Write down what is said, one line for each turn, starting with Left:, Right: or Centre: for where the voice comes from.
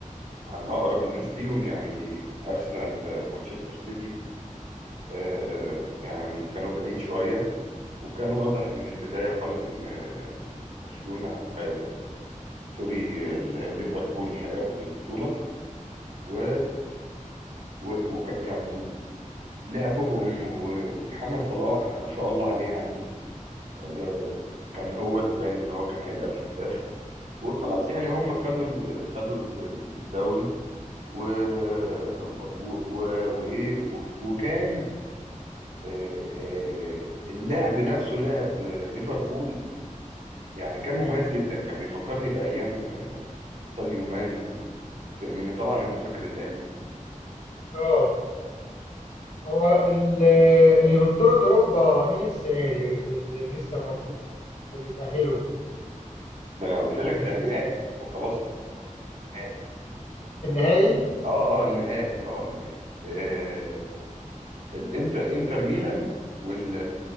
Right: عن اقرب الناس ليهم يعني ارسنال آه، مانشستر سيتي آه، يعني كانوا بعيد شوية وكان واضح من البداية خالص إن إن برشلونة آه، سوري ال- ليفربول هياخد البطولة و, و... وك... يعني لعبهم و... ومحمد صلاح ما شاء الله عليه يعني آه، كان هو اللي باين إن هو كان هيبقى الهداف وخلاص يعني هم خدوا ال... خدوا ال- الدوري و... و... و... وإيه و... وكان آه، آه، اللعب نفسه لعب آه، ليفربول يعني كان مميز جدا كان بيفكرني بأيام ساديو ماني وفيرمينيو طبعا أنت فاكر الأيام دي
Left: اه هو ال- اللي في بطولة أوروبا مين السنة دي اللي لسه موجود اللي تأهلوا
Right: ده أنا قلت لك ده
Left: الباريس
Right: النهائي وخلاص إحنا المفروض ده النهائي
Left: في النهائي
Right: أه أه النهائي أه النهائي آه الإنتر إنتر ميلان وال